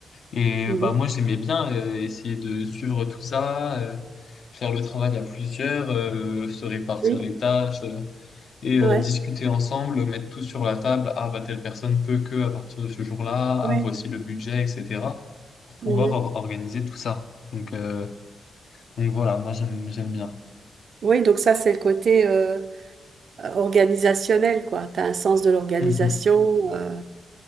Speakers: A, on the left (about 70°); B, on the right (about 70°).
A: Et
B: mhm.
A: euh, bah moi j'aimais bien euh, essayer de suivre tout ça, euh, faire le travail à plusieurs, euh, se répartir
B: Oui,
A: les tâches euh, et euh,
B: ouais,
A: discuter ensemble, mettre tout sur la table. Ah bah telle personne peut que à partir de ce jour-là,
B: ouais.
A: ah voici le budget, etc. pour pouvoir
B: mhm.
A: or- organiser tout ça. Donc euh, donc voilà, moi j'aime j'aime bien.
B: Oui, donc ça, c'est le côté euh, organisationnel, quoi. Tu as un sens de l'organisation.
A: Mhm.
B: euh,